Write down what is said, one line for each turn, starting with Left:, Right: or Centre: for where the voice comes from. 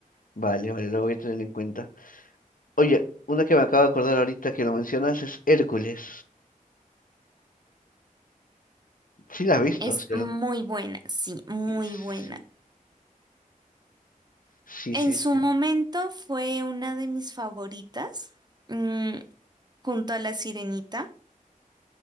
Left: Vale, vale, lo voy a tener en cuenta. Oye, una que me acabo de acordar ahorita que lo mencionas es Hércules. Sí la has visto,
Right: Es
Left: ¿cierto?
Right: muy buena, sí, muy
Left: Y Sí,
Right: buena.
Left: sí,
Right: En
Left: sí,
Right: su
Left: sí.
Right: momento fue una de mis favoritas, mm, junto a La Sirenita,